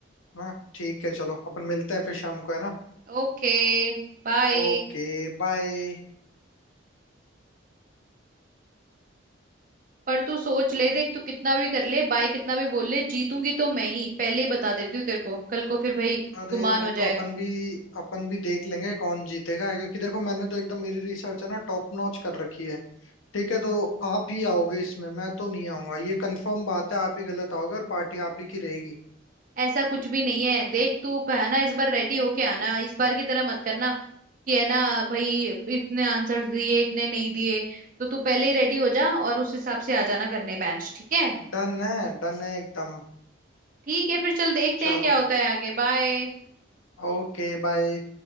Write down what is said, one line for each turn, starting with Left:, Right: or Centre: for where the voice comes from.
Left: ना ठीक है चलो अपन मिलते हैं फिर शाम को है ना
Right: Okay bye
Left: Okay bye
Right: पर तू सोच ले देख तू कितना भी कर ले बाय कितना भी बोल ले जीतूंगी तो मैं ही पहले ही बता देती हूँ तेरे को कल को फिर भाई
Left: अरे
Right: गुमान
Left: वो
Right: हो
Left: तो
Right: जाए
Left: अपन भी अपन भी देख लेंगे कौन जीतेगा क्योंकि देखो मैंने तो एकदम मेरी रिसर्च है ना टॉप नॉच कर रखी है ठीक है तो आप ही आओगे इसमें मैं तो नहीं आऊंगा ये कंफर्म बात है आप ही गलत आओगे और पार्टी आप ही की रहेगी
Right: ऐसा कुछ भी नहीं है देख तू प- है ना इस बार रेडी होके आना इस बार की तरह मत करना कि है ना भाई इतने आंसर्स दिए इतने नहीं दिए तो तू पहले ही रेडी हो जा और उस हिसाब से आ जाना करने मैच ठीक है
Left: डन है डन है एकदम
Right: ठीक है फिर चल देखते
Left: चलो
Right: हैं क्या होता है आगे बाय
Left: Okay bye